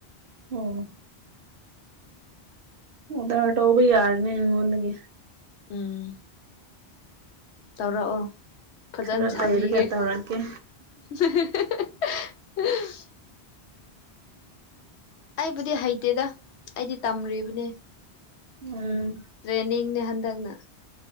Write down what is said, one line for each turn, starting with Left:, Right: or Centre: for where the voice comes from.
Right: ꯑꯣ ꯑꯣꯔꯗꯔ ꯇꯧꯕ ꯌꯥꯔꯅꯤ ꯑꯩꯉꯣꯟꯗꯒꯤ
Left: ꯎꯝ ꯇꯧꯔꯛꯑꯣ ꯐꯖꯅ
Right: ꯈꯔ
Left: ꯁꯥꯕꯤꯒꯦ
Right: ꯂꯩꯔꯒ ꯇꯧꯔꯛꯀꯦ
Left: <unintelligible> ꯑꯩꯕꯨꯗꯤ ꯍꯩꯇꯦꯗ ꯑꯩꯗꯤ ꯇꯝꯔꯤꯕꯅꯦ
Right: ꯎꯝ
Left: ꯇ꯭ꯔꯦꯅꯤꯡꯅꯦ ꯍꯟꯗꯛꯅ